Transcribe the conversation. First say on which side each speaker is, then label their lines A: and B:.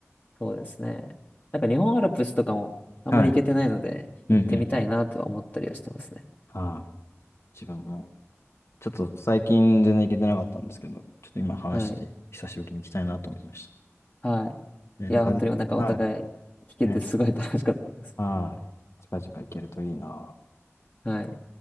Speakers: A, on the left (about 35°); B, on the left (about 60°).
A: そうですね。なんか日本アルプスとかもあんまり行けてないので、
B: あ、はい。
A: 行ってみたいなとは思ったりはしてますね。
B: うんうんうんうん。はい。自分も、ちょっと最近全然行けてなかったんですけど、ちょっと今話してて、
A: はい。
B: 久しぶりに行きたいなと思いまし
A: はい。
B: た。ね、
A: いや、
B: なんか、
A: 本当になんかお互い聞けてすごい楽しかったです。
B: はい。ね。はい。近々行けるといいなー。
A: はい。